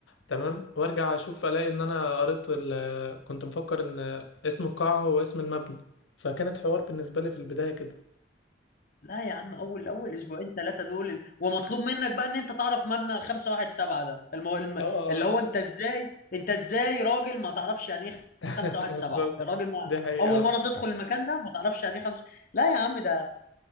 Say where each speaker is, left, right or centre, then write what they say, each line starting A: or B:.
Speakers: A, on the left; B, on the left.
A: تمام وارجع اشوف الاقي ان انا قريت ال- كنت مفكر ان اسم القاعة هو اسم المبنى فكانت حوار بالنسبة لي في البداية كده
B: لا يا عم اول اول اسبوعين ثلاثه دول ال- ومطلوب منك بقى ان انت تعرف مبنى 517 ده المو... الم...
A: اه آه،
B: اللي هو انت ازاي انت ازاي راجل ما تعرفش يعني ايه
A: <laughs>
B: 517
A: آه. بالظبط
B: الراجل ما
A: دي حقيقة
B: اول
A: آه.
B: مره تدخل المكان ده ما تعرفش يعني ايه خمس لا يا عم ده